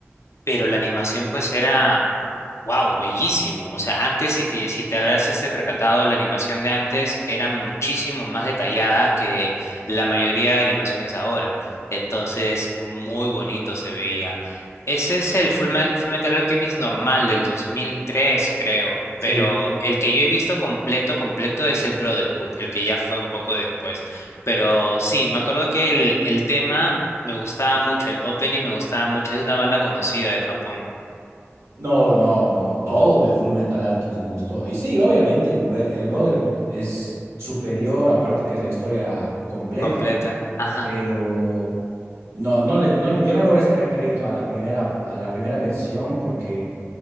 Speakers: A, on the left (about 70°); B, on the right (about 70°).
A: pero la animación pues era Wow, bellísimo. O sea, antes, si te, si te habrás este percatado, la animación de antes era muchísimo más detallada que la mayoría de animaciones ahora. Entonces, muy bonito se veía. Ese es el Full, Mel- Full Metal Alchemist normal del 2003, creo.
B: Sí.
A: Pero el que yo he visto completo, completo es el Brotherhood, el que ya fue un poco después. Pero sí, me acuerdo que el, el tema me gustaba mucho, el opening me gustaba mucho. Es una banda conocida de Japón,
B: No, no, no, todo de Full Metal Alchemist me gustó. Y sí, obviamente, el, bro- el Brotherhood es superior, aparte que es la historia completa,
A: completa.
B: ¿no?
A: Ajá.
B: Pero no, no le, no, yo no le voy a sacar crédito a la primera, a la primera versión porque